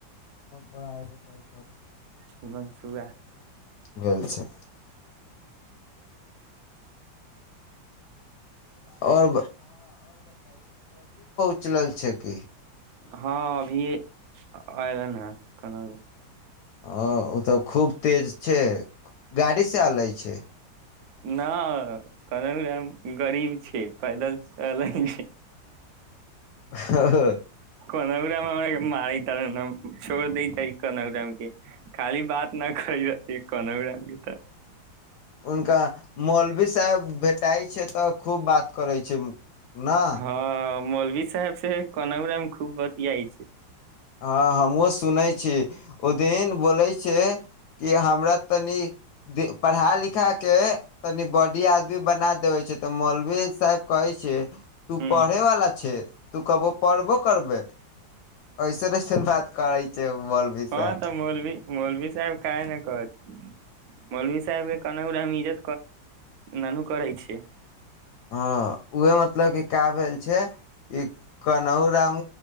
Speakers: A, on the left (about 75°); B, on the right (about 70°).
A: पढ़ाय लिखाय
B: हेलो
A: भेल छै आओर उचलल छै कि
B: हँ अभी अयलन है कोना
A: ह ओ तऽ खूब तेज छै गाड़ीसँ अलै छै
B: ना कहलु गरीब छै पैदल चलै छै
A: हुनका
B: कोनाागुर हमरा मारि त छोड़ दै त कनवरााम के खाली बात न कर त कनवरााम के तऽ
A: हुनका मौलवी साहब भेटाइ छै तऽ खूब बात करै छै न
B: हँ मौलवी साहेब से कनाउरामे खूब बतियाइ छै
A: हँ हम सुनै छी छी ओदीन बोलै छै कि हमरा तनि पढ़ा लिखा के तनि बॉडी आदमी भी बना देबे छै तऽ मौलवी साहब कहै छै तू
B: ह
A: पढ़ेवाला छै तू कहबो पढ़बो करबै ऐसन ऐसन बात करै छै मौलवी साहब
B: हँ तऽ मौलवी मौलवी सााहब कय न कहत मौलवी साहेबके के कनाउरामे ननू करै छिय
A: ह उह मतलब क का भेल छै ई कनहु राम